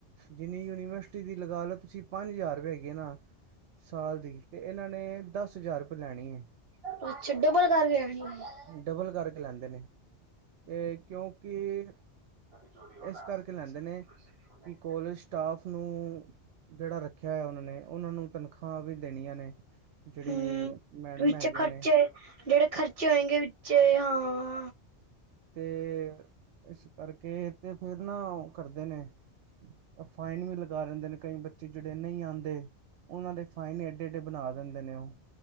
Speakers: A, on the right; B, on the right.
A: ਜਿੰਨੀ ਯੂਨੀਵਰਸਿਟੀ ਦੀ ਲਗਾ ਲਓ ਤੁਸੀਂ ਪੰਜ ਹਜ਼ਾਰੁਪਏ ਹੈਗੇ ਨਾ ਸਾਲ ਦੀ ਇਹਨਾਂ ਨੇ ਦਸ ਹਜ਼ਾਰ ਰੁਪਏ ਲੈਣੀ ਹੈ।
B: <unintelligible>
A: ਡਬਲ ਕਰਕੇ ਲੈਂਦੇ ਨੇ ਤੇ ਕਿਉਂਕਿ
B: ਚੋਰੀ ਹੋ
A: ਇਸ
B: ਨਾ
A: ਕਰਕੇ ਲੈਂਦੇ
B: ਇਸ ਕਰਕੇ
A: ਨੇ
B: ਲੈਂਦੇ
A: ਕਿ
B: ਨੇ
A: ਕੋਲਜ ਸਟਾਫ ਨੂੰ ਜਿਹੜਾ ਰੱਖਿਆ ਹੈ ਉਹਨਾਂ ਨੇ ਉਹਨਾਂ ਨੂੰ ਤਨਖਾਹ ਵੀ ਦੇਣੀਆਂ ਨੇ ਜਿਹੜੀ
B: ਹਮ
A: ਮੈਡਮ
B: ਵਿੱਚ
A: ਹੈਗੀਆਂ
B: ਖਰਚੇ
A: ਨੇ
B: ਜਿਹੜੇ ਖਰਚੇ ਹੋਏਗੇ ਵਿੱਚ ਹਾਂ
A: ਤੇ ਇਸ ਕਰਕੇ ਤੇ ਫਿਰ ਨਾ ਉਹ ਕਰਦੇ ਨੇ ਫਾਈਨ ਵੀ ਲਗਾ ਲੈਂਦੇ ਨੇ ਕਈ ਬੱਚੇ ਜਿਹੜੇ ਨਹੀਂ ਆਉਂਦੇ ਉਹਨਾਂ ਦੇ ਫਾਈਨ ਏਡੇ ਏਡੇ ਬਣਾ ਦਿੰਦੇ ਨੇ ਉਹ